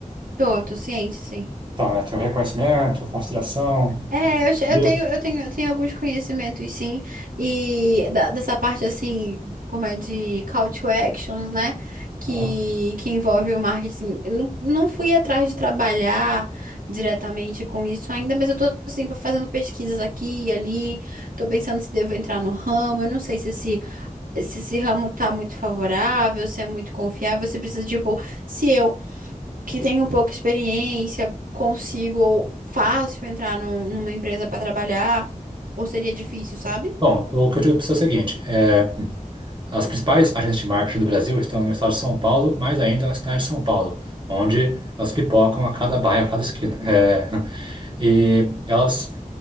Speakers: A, on the right; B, on the right.
A: Tô, tô ciente, sim.
B: Então, né, tem o reconhecimento, consideração.
A: É, eu, che- eu
B: Entendeu?
A: tenho, eu tenho, eu tenho alguns conhecimentos, sim, e da- dessa parte, assim, como é de call to actions, né, que,
B: Aham.
A: que envolve o marketing. Eu não, não fui atrás de trabalhar diretamente com isso ainda, mas eu tô, assim, fazendo pesquisas aqui e ali, tô pensando se devo entrar no ramo, eu não sei se esse se esse ramo tá muito favorável, se é muito confiável, você precisa, tipo, se eu, que tenho pouca experiência, consigo fácil entrar num- numa empresa para trabalhar, ou seria difícil, sabe?
B: Bom, o que eu digo para você é o seguinte: é, as principais agências de marketing do Brasil estão no estado de São Paulo, mais ainda na cidade de São Paulo, onde elas pipocam a cada bairro, a cada esquina. É, <laughs> e elas